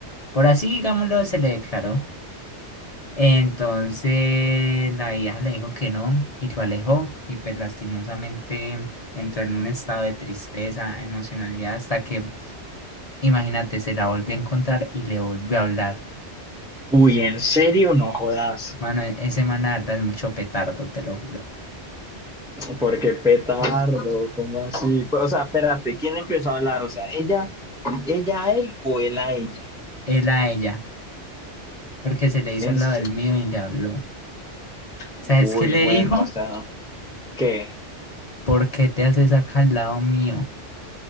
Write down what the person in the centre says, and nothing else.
Uy, ¿en serio? No jodas.
Porque petardo, ¿cómo así? Pues, o sea, espérate, ¿quién empezó a hablar? O sea, ¿ella, ella a él o él a ella?
En
se-
Uy,
bueno,
o sea, ¿qué?